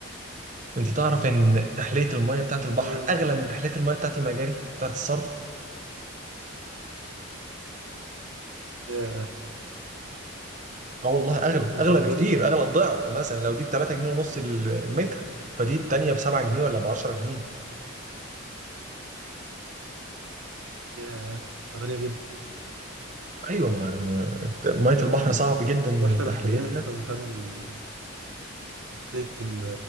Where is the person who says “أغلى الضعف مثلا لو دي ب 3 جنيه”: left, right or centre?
Right